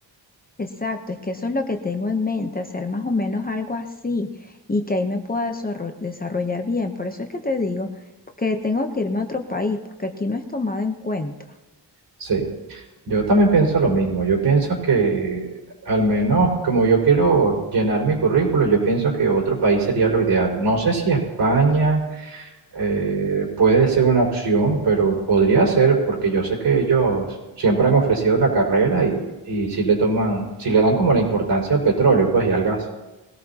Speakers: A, on the left; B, on the right.
A: Exacto, es que eso es lo que tengo en mente, hacer más o menos algo así y que ahí me pueda desarro- desarrollar bien. Por eso es que te digo que tengo que irme a otro país, porque aquí no es tomado en cuenta.
B: Sí, yo también pienso lo mismo. Yo pienso que al menos como yo quiero llenar mi currículo, yo pienso que otro país sería lo ideal. No sé si España. Eh, puede ser una opción, pero podría ser, porque yo sé que ellos siempre han ofrecido la carrera y, y si le toman, si le dan como la importancia al petróleo, pues y al gas.